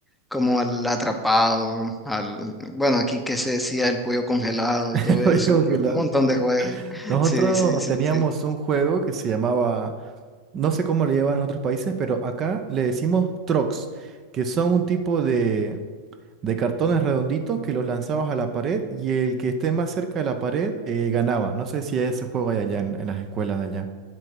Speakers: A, in the centre; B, on the right.
A: como al atrapado, al, bueno, aquí que se decía el pollo congelado
B: <laughs>
A: y todo eso,
B: Oye, como
A: era
B: que la-
A: un montón de juegos. <laughs>
B: Nosotros
A: Sí, sí, sí,
B: teníamos
A: sí.
B: un juego que se llamaba, no sé cómo le llevan en otros países, pero acá le decimos trocs, que son un tipo de, de cartones redonditos que los lanzabas a la pared y el que esté más cerca de la pared eh, ganaba. No sé si ese juego hay allá en, en las escuelas de allá,